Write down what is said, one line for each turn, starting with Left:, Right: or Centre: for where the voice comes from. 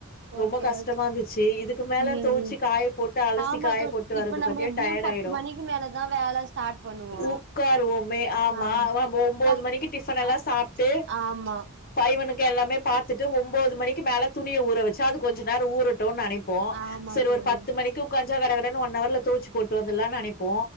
Right: ஓகே
Left: ரொம்ப கஷ்டமா
Right: ஓகே
Left: இருந்துச்சு இதுக்கு மேல
Right: ம்
Left: தொவுச்சு
Right: ம்
Left: காய போட்டு அலசி
Right: ஆமா
Left: காய
Right: தோ
Left: போட்டு வர்றதுக்கட்டிய
Right: இப்ப நம்ம எப்டியு
Left: டயார்ட்
Right: பத்து
Left: ஆயிடு
Right: மணிக்கு மேலதா வேல ஸ்டார்ட் பண்ணுவோ
Left: உக்காருவோமே ஆமா
Right: ஆம்
Left: ஒன்பது
Right: சா
Left: மணிக்கு டிஃபன் எல்லா
Right: ஆ
Left: சாப்ட்டு
Right: ஆமா
Left: பனுக்கு எல்லாமே பாத்துட்டு ஒன்பது மணிக்கு மேலே துணிய ஊற வச்சு அது கொஞ்ச நேர ஊரு டு நினைப்போ
Right: ஆமா
Left: சரி
Right: தோழி
Left: ஒரு பத்து மணிக்கு உட்காஞ்சா கடகட ஒன்னவர்ல தோச்சி போட்டு வந்தலான் நெனப் போ